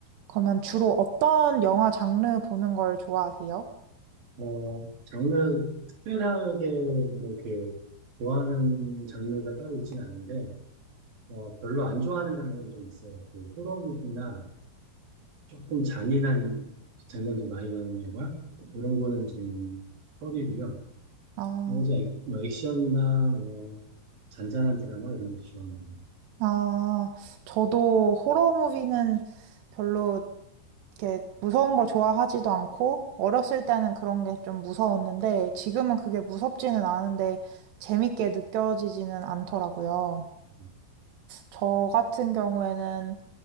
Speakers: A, on the right; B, on the right.
A: 그러면 주로 어떤 영화 장르 보는 걸 좋아하세요?
B: 어, 장르 특별하게 뭐 이렇게 좋아하는 장르가 따로 있지는 않은데 어, 별로 안 좋아하는 장르는 좀 있어요. 그 호러 무비나 조금 잔인한 장면들 많이 나오는 영화 이런 거는 좀 꺼리고요.
A: 아,
B: 그래서 액, 뭐 액션이나 뭐 잔잔한 드라마 이런 것도 좋아합니다.
A: 아, 저도 호러 무비는 별로 이렇게 무서운 걸 좋아하지도 않고, 어렸을 때는 그런 게 좀 무서웠는데, 지금은 그게 무섭지는 않은데, 재밌게 느껴지지는 않더라고요.
B: 음,
A: 저 같은 경우에는